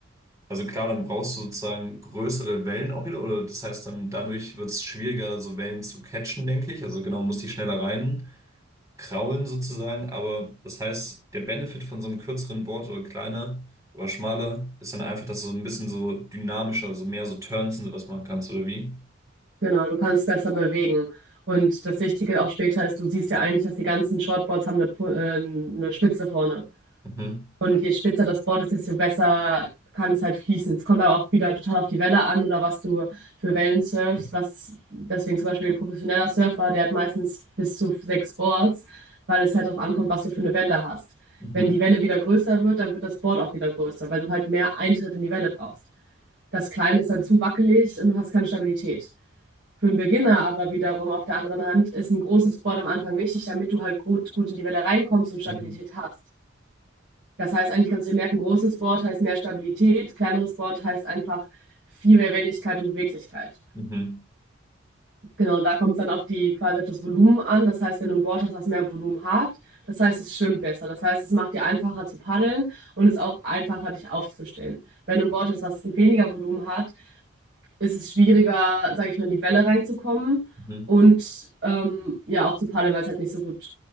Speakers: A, on the right; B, on the right.
A: also klar, dann brauchst du sozusagen größere Wellen auch wieder, oder das heißt dann, dadurch wird es schwieriger, so Wellen zu catchen, denke ich. Also genau, muss die schneller rein kraulen sozusagen, aber das heißt, der Benefit von so einem kürzeren Board oder kleiner oder schmaler ist dann einfach, dass du so ein bisschen so dynamischer, so mehr so Turns und sowas machen kannst, oder wie?
B: Genau, du kannst besser bewegen. Und das Wichtige auch später ist, du siehst ja eigentlich, dass die ganzen Shortboards haben eine, Pu- äh, eine Spitze vorne.
A: Mhm.
B: Und je spitzer das Board ist, desto besser kann es halt fließen. Es kommt aber auch wieder total auf die Welle an oder was du für Wellen surfst. Was, deswegen zum Beispiel ein professioneller Surfer, der hat meistens bis zu sechs Boards, weil es halt darauf ankommt, was du für eine Welle hast.
A: Mhm.
B: Wenn die Welle wieder größer wird, dann wird das Board auch wieder größer, weil du halt mehr Eintritt in die Welle brauchst. Das Kleine ist dann zu wackelig und du hast keine Stabilität. für einen Beginner aber wiederum auf der anderen Hand ist ein großes Board am Anfang wichtig, damit du halt gut, gut in die Welle reinkommst und Stabilität
A: Mhm.
B: hast. Das heißt, eigentlich kannst du dir merken, großes Board heißt mehr Stabilität, kleineres Board heißt einfach viel mehr Wendigkeit und Beweglichkeit.
A: Mhm.
B: Genau, und da kommt es dann auf die, quasi auf das Volumen an. Das heißt, wenn du ein Board hast, was mehr Volumen hat, das heißt, es schwimmt besser. Das heißt, es macht dir einfacher zu paddeln und es ist auch einfacher, dich aufzustellen. Wenn du ein Board hast, was weniger Volumen hat, ist es schwieriger, sage ich mal, in die Welle reinzukommen
A: Mhm.
B: und ähm, ja auch zu paddeln, weil es halt nicht so gut